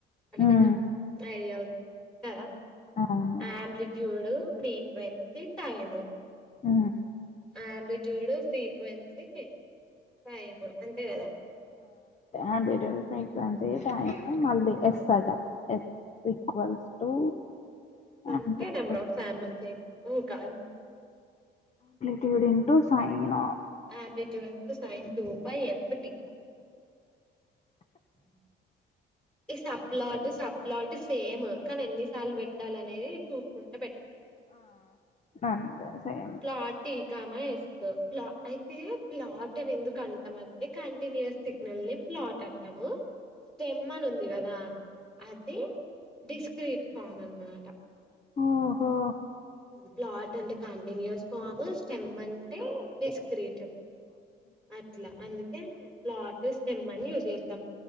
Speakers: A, in the centre; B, on the left.
A: అట్లా
B: ఉమ్,
A: కొంచెం ఐడియా ఉంది కదా
B: అవును
A: ఆంప్లిట్యూడ్ ఫ్రీక్వెన్సీ టైము
B: ఆ
A: ఆంప్లిట్యూడ్ ఫ్రీక్వెన్సీ టైము అంతే కదా
B: ఆంప్లిట్యూడ్ ఫ్రీక్వన్సీ టాయి మళ్ళీ ఎస్ అట ఎస్ ఈక్వల్స్ టు
A: అంటే
B: ఆంప్లిట్యూడ్
A: నెంబర్ ఆఫ్ శాంపుల్స్ ఏమి కాదు
B: డివిడుంటు sine
A: amplitude sine two by F అ ఈ సబ్ప్లాట్ సబ్ప్లాట్ సేమ్ కానీ ఎన్నిసార్లు పెట్టాలి అనేది చూ గుంట పెట్
B: అంతే సేమ్
A: క్లాట్ తీ కామా వస్త ప్లా అయితే ప్లాట్ అని ఎందుకు అంటామ అంటే కంటిన్యూస్ సిగ్నల్ని ప్లాట్ అంటాము స్టెమ్ ఫన్ ఉంది కదా అది డిస్క్రీట్ ఫామ్ అన్నమాట
B: ఓహో
A: ప్లాట్ అంటే కంటిన్యూస్ ఫామ్ స్టెమ్ అంటే స్క్రీట్ అట్లా అందు టే ప్లాట్ స్టెమ్ అని యూస్ చేస్తాం